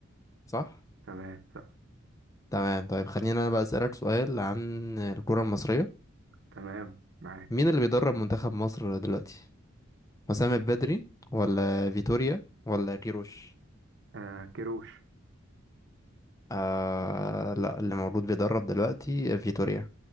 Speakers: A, on the left; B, on the right.
A: صح
B: تمام صح
A: تمام طيب خلينا انا بقى اسالك سؤال عن الكرة المصرية
B: تمام معاك
A: مين اللي بيدرب منتخب مصر دلوقتي حسام البدري ولا فيتوريا ولا كيروش
B: آه، كيروش
A: آه لا اللي موجود بيدرب دلوقتي فيتوريا